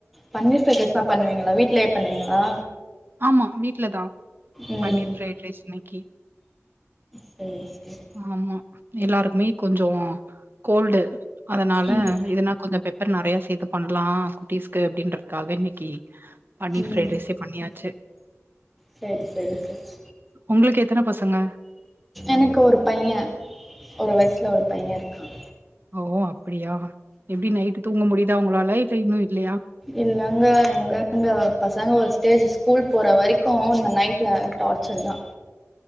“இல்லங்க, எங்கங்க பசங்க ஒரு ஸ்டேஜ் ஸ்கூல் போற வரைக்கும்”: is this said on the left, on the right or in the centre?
Centre